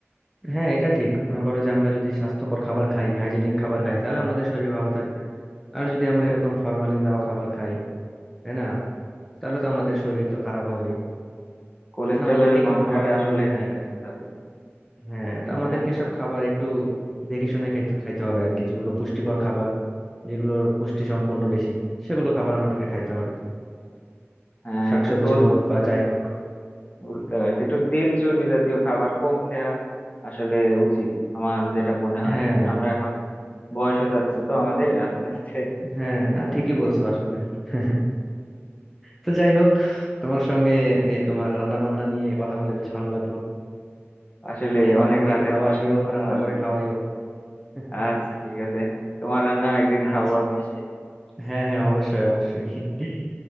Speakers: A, in the centre; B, on the left.
A: হ্যাঁ এটা ঠিক মনে করো যে আমরা যদি স্বাস্থ্যকর খাবার খাই হাইজেনিক খাবার খাই তাহলে আমাদের শরীর ভালো থাকবে আর যদি আমরা এরকম ফরমালিন দেওয়া খাবার খাই তাই না তাহলে তো আমাদের শরীর তো খারাপ
B: আহ,
A: হবেই
B: কোলেস্টেরলের
A: তাই জন্য আমাদেরকে একটু
B: মাত্রাটা
A: খাবারগুলো
B: আসলে
A: হ্যাঁ
B: ঠিক রাখতে হবে
A: হ্যাঁ
B: ঠিক
A: তো আমাদেরকে
B: না
A: সব খাবার একটু দেখে শুনে খেতে খাইতে হবে আর কি যেগুলো পুষ্টিকর খাবার যেগুলো পুষ্টি সম্পন্ন বেশি সেগুলো খাবার আমাদেরকে খাইতে হবে
B: হ্যাঁ
A: শাকসবজি
B: একটু তোল
A: হোক বা যাই হোক
B: বুঝতে পারছি একটু তেল চর্বি জাতীয় খাবার কম খাওয়া আসলে উচিত আমার যেটা মনে হয়
A: হ্যাঁ
B: আমরা এখন বয়স হয়ে যাচ্ছে তো আমাদের আস্তে আস্তে
A: হ্যাঁ
B: তাই
A: না
B: না
A: ঠিকই বলছো আসলে <laughs> তো যাই হোক তোমার সঙ্গে এই তোমার রান্না বান্না নিয়ে কথা বলে বেশ ভালো লাগলো
B: আসলে
A: একদিন
B: অনেক
A: আমাকে
B: রাতে
A: একটু দাওয়াত
B: তোমার সাথে
A: দিও
B: কথা
A: রান্না
B: হলো
A: করে খাওয়াইও <laughs>
B: আচ্ছা ঠিক আছে তোমার রান্না একদিন
A: আচ্ছা
B: খাবো আমি এসে
A: হ্যাঁ হ্যাঁ অবশ্যই অবশ্যই <laughs>